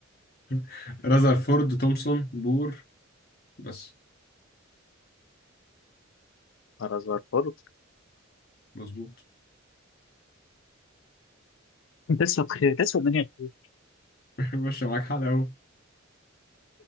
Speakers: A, on the left; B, on the left.
A: <laughs> رذرفورد تومسون بور بس
B: فرزرفورد
A: مظبوط
B: <laughs> لسه بخير لسه الدنيا بخير
A: <laughs> ماشي معاك حلقة أوي